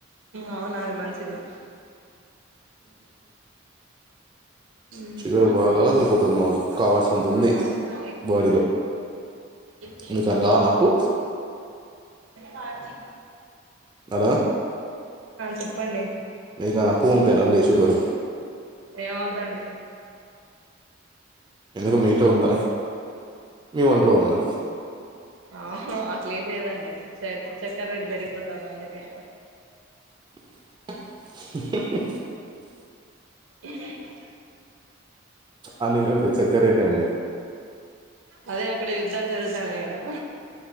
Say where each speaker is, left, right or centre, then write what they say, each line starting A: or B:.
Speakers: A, on the right (about 80°); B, on the right (about 20°).
A: అవునది మంచిది ఉహు
B: షుగర్ బాగా సరిపోతుంది మాకు కావాల్సినంత ఉంది
A: అవున
B: బాడీలో
A: అండి
B: మీకు అన కావాలని అప్పు
A: వద్దండి
B: హలో
A: చెప్పండి
B: మీ కానీ అప్పు పంపియాల అండి షుగరు
A: ఏం వద్దండి
B: ఎందుకు మీ ఇంట్లో ఉందా మీ ఒంట్లో ఉందా
A: ఆహో ఏం లేదు అండి చక్కర రేట్ పెరిగిపోతుంది అందుకే
B: ఉమ్
A: ఏ <inaudible>
B: అన్ని పెరుగుతాయి చక్కర రేట్ ఏంది
A: అదే అక్కడ యుద్ధాలు జరుగుతున్నాయి కదా